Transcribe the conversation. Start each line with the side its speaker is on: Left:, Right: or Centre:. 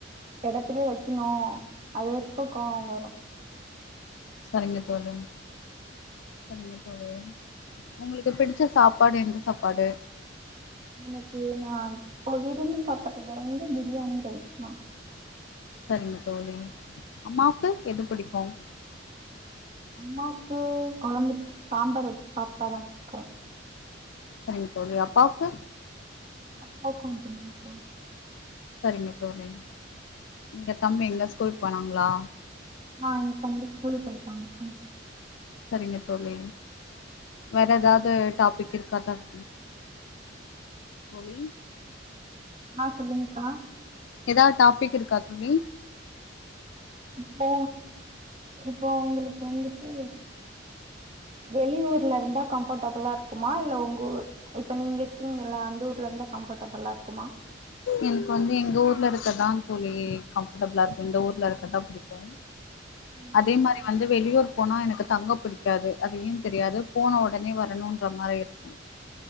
Right: இடத்திலயே வைக்கணும் அது <unintelligible> கோவம் வரும்
Left: சரிங்க தோழி சரிங்க தோழி உங்களுக்கு பிடிச்ச சாப்பாடு எந்த சாப்பாடு
Right: எனக்கு நா ப்ப விரும்பி சாப்பிதுறங்க பிரியாணி ரைஸ் தான்
Left: சரிங்க தோழி அம்மாவுக்கு எது பிடிக்கும்
Right: அம்மாக்கு குழம்பு சாம்பார் வச்சு சாப்பிட்டாதான் பிக்கும்
Left: சரிங்க தோழி அப்பாவுக்கு
Right: அப்பாக்கு <unintelligible>
Left: சரிங்க தோழி எங்க தம்பி எங்க ஸ்கூல் போனாங்களா
Right: ஆஹ் என் தம்பி ஸ்கூல் போய்ட்டாங்க்கா
Left: சரிங்க தோழி வேற ஏதாது டாபிக் இருக்காதான் தோழி
Right: ஆஹ் சொல்லுங்க்கா
Left: ஏதாவது டாபிக் இருக்கா தோழி
Right: இப்போ இப்போ உங்களுக்கு வந்துட்டு வெளியூர்ல இருந்தா கம்ஃபர்டபுளா இருக்குமா இல்ல உங்க ஊர் இப்ப நீங்க இருக்கீங்கல்ல அந்த ஊர்ல இருந்தா கம்ஃபர்டபுளா இருக்குமா
Left: எனக்கு வந்து எங்க ஊர்ல இருக்கதான் தோழி கம்ஃபர்ட்டபிளா இருக்கும் இந்த ஊர்ல இருக்கதான் பிடிக்கும்
Right: ம்
Left: அதே மாரி வந்து வெளியூர் போனா எனக்கு தங்க பிடிக்காது அது ஏன் தெரியாது போன உடனே வரணும்ன்ற மாரி இருக்கும்